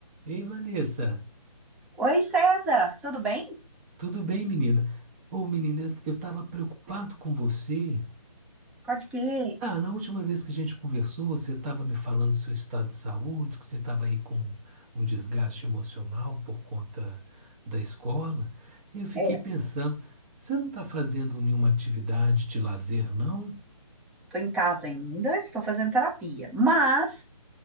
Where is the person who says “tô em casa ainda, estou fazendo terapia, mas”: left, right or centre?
Centre